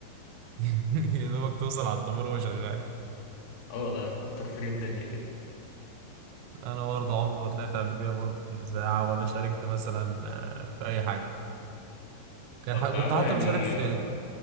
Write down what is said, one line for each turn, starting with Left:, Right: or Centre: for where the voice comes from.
Right: <laughs> يا دوبك توصل على التمر وهو شغال
Left: اه لا كتر خير الدنيا كده
Right: انا برضه عمري ما طلعت قبل كده برضه في الاذاعه ولا شاركت مثلا آه، في اي حاجه كان
Left: طب
Right: ح- كنت
Left: تعالى
Right: حتى
Left: يعني
Right: بشارك في